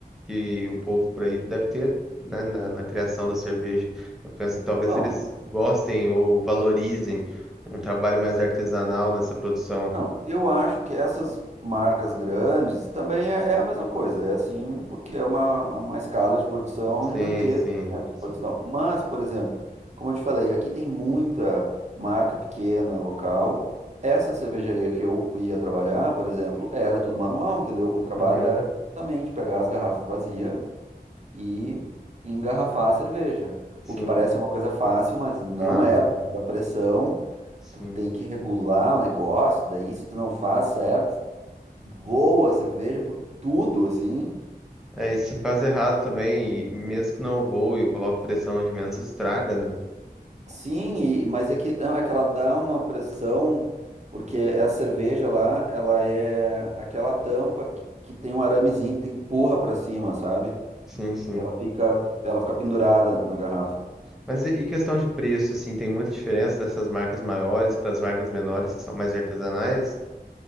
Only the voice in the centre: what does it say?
que o povo por aí deve ter. né, na, na criação da cerveja, eu penso
que talvez eles gostem ou valorizem um trabalho mais artesanal nessa produção.
Sim,
sim,
sim.
Uhum,
sim.
Não,
sim.
É, e se faz errado também, e mesmo que não voe, eu coloco pressão de menos, estraga, né?
Sim, sim.
Mas e, e questão de preço, assim, tem muita diferença dessas marcas maiores para as marcas menores, que são mais artesanais?